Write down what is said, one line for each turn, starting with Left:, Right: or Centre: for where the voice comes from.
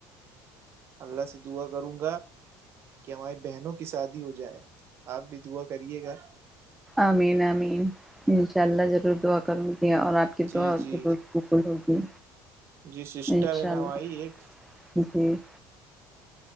Right: اللہ سے دعا کروں گا کہ ہماری بہنوں کی شادی ہو جائے آپ بھی دعا کریے گا-
Centre: امین-امین انشاء اللہ- دعا کر گی اور آپ کی
Right: جی
Centre: دعا
Right: جی
Centre: بھیکول ہوگی
Right: جی سسٹر
Centre: انشاء
Right: ہے نائی
Centre: اللہ
Right: ایک
Centre: جی